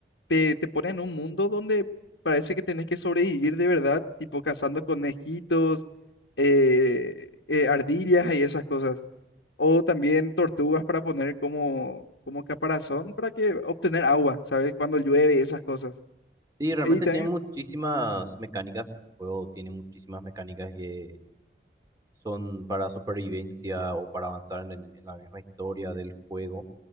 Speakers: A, on the left; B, on the right.
A: te, te ponen en un mundo donde parece que tenés que sobrevivir de verdad, tipo cazando conejitos, eh, eh, ardillas y esas cosas. O también tortugas para poner como, como caparazón para que obtener agua, ¿sabes? Cuando llueve y esas cosas.
B: Sí, realmente
A: Y también,
B: tiene muchísimas mecánicas. El juego tiene muchísimas mecánicas que son para supervivencia o para avanzar en, el- en la misma historia del juego.